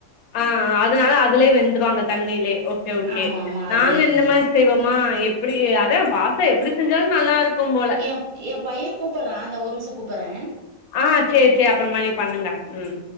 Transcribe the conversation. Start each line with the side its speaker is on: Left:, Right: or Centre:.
Left: ஆஹ் அதனால அதுலயே வெந்துரு அந்த தண்ணிலேயே ஓகே ஓகே
Right: ஆமா ஆமா
Left: நாங்க
Right: அதுலயே வெந்துரு
Left: இந்த மாரி செய்வோம்மா எப்படி அதான் பாஸ்த்த எப்டி செஞ்சாலு நல்லா இருக் க்கும் போல
Right: எ எ பைய கூப்பட்றா அந்த ஒரு நிமிஷ கூப்பட்றே
Left: ஆ சேரி சேரி அப்புறமா நீங்க பண்ணுங்க உம்